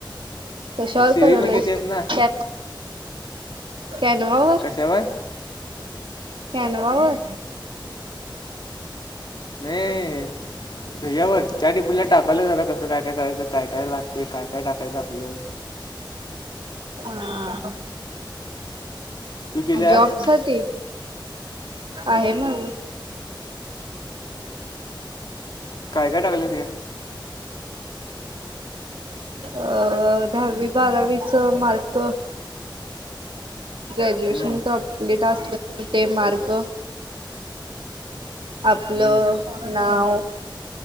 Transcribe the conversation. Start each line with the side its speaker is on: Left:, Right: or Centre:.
Right: कशावर
Left: सीवी
Right: करालाईस?
Left: म्हणजे तेच ना
Right: त्या- कॅनवावर,
Left: कशावर
Right: कॅनवावर?
Left: न्हये, ह्याच्यावर चाट जीपीटीला टाकालोय जरा कसं काय काय करायचं, काय काय लागतंय, काय काय टाकायचं आपलं.
Right: हा,
Left: तू केल्यास
Right: जॉब साठी. आहे मंग.
Left: काय काय टाकलंय त्यात?
Right: अ, दहावी-बारावीच मार्क ग्रॅज्युएशन
Left: हम्म,
Right: कम्प्लीट असलं ते मार्क. आपलं
Left: हम्म,
Right: नाव,